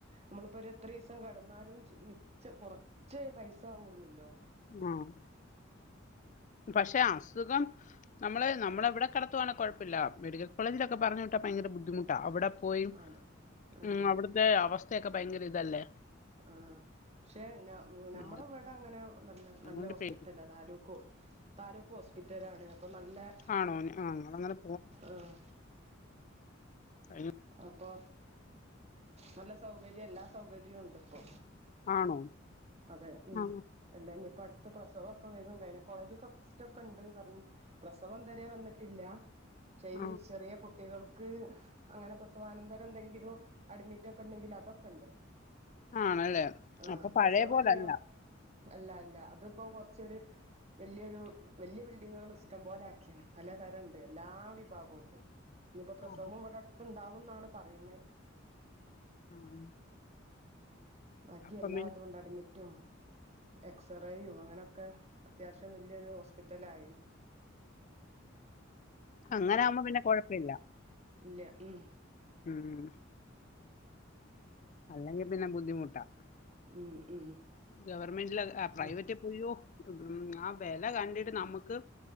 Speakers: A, on the right; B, on the left.
A: മ്മള് പ്പൊരെത്രീസം കെടന്നാലും ച് മിച്ചം കൊറച്ചെ പൈസാവൊള്ളുല്ലോ
B: ആഹ് പക്ഷെ അസുഗം നമ്മള് നമ്മളെവ്ടെ കെട്ത്തുവാണെ കൊഴ്പ്പല്ലാ മെഡിക്കൽ കോളേജ്ലൊക്കെ പറഞ്ഞ് വിട്ടാ ഭയങ്കര ബുദ്ധിമുട്ടാ അവ്ട പോയി
A: അതെ ആഹ്
B: ഉം അവ്ട്ത്തെ അവസ്ഥെക്കെ ഭയ്ങ്കര ഇതല്ലേ
A: ആഹ് ക്ഷെ ന ഞമ്മളെവ്ടങ്ങനെ
B: ഉം,
A: നല്ല
B: അതുകൊണ്ട്
A: നല്ലോസ്പിറ്റലാ
B: പേടി
A: താലൂക്കു താലൂ ക്കോസ്പിറ്റലാണ് പ്പം നല്ലേ
B: ആണോ ആ, ഞങ്ങളങ്ങനെ
A: ആഹ്
B: അയിന്
A: അപ്പോ നല്ല സൗകര്യെല്ലാ സൗകര്യൂണ്ട് പ്പോ
B: ആണോ
A: അതെ ഉം
B: ആ
A: അല്ല ഞിപ്പട്ത്ത് പ്രസവൊക്കെ വെരും ഗയ്നകോളേജ്ക്കെ ക്സ്റ്റൊക്കെണ്ട് ന്നർഞ്ഞ് പ്രസവം തരെ വന്നിട്ടില്ല ക്ഷെ
B: ആ
A: ഈ ചെറിയ കുട്ടികൾക്ക് അങ്ങനെ പ്രസവാനന്തരന്തെങ്കിലും അഡ്മിറ്റൊക്കെണ്ടെങ്കില തൊക്കെണ്ട്
B: ആണല്ലേ
A: ആഹ്
B: അപ്പൊ പഴയ
A: പ്രസവെല്ല്യാ
B: പോലല്ല
A: അല്ല അല്ല അത്പ്പം കൊറ്ച്ചൊര് വെല്ല്യൊരു വല്ല്യ ബിൽഡിങ്ങള് സ്റ്റം പോലാക്കീണ് പലതരണ്ട് എല്ലാ വിബാഗൊണ്ട്. ഞ്ഞിപ്പോ പ്രസവൊം
B: ആഹ്
A: വട ട് ത്ത്ണ്ടാവുംന്നാണ് പറീണ
B: ആഹ്
A: ബാക്കി
B: അപ്പം
A: എല്ലാതൂണ്ടട്മിറ്റും
B: പിന്നെ
A: എക്സെറേയും അങ്ങനൊക്കെ അത്യാവ്ശ്യം വല്ല്യൊരു ഹോസ്പിറ്റലായിണ്
B: അങ്ങനാവുമ്പം പിന്നെ കൊഴ്പ്പെല്ല
A: ഇല്ല്യ. ഉം
B: ഊം അല്ലെങ്കി പിന്നെ ബുദ്ധിമുട്ടാ
A: ഉം ഉം
B: ഗവർമെൻ്റിലത് അ പ്രൈവറ്റ്
A: അതെ
B: ഉയ്യോ ഉം ആ വെല കണ്ടിട്ട് നമ്മക്ക്